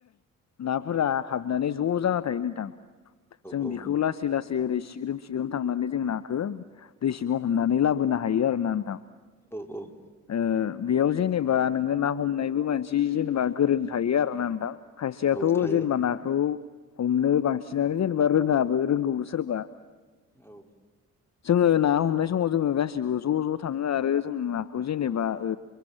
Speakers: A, on the left; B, in the centre.
A: नाफोरा हाबनानै ज' जाना थायो नोंथां‌ जों
B: औ
A: बेखौ लासै लासै ओरै सिग्रोम सिग्रोम थांनानै जों नाखौ दै सिबाव हमनानै लाबोनो हायो आरो ना नोंथां।
B: औ औ।
A: ओ बेयाव जेनेबा नोङो ना हमनायबो मानसि जेनेबा गोरों थाय आरोना नोंथां। खायसेयाथ'
B: औ थायो
A: जेनेबा नाखौ हमनो बांसिनानो जेनेबा रोङाबो रोंगौबो सोरबा।
B: औ।
A: जोङो ना हमनाय समाव जोङो गासिबो ज' ज' थाङो आरो जों नाखौ जेनेबा ओ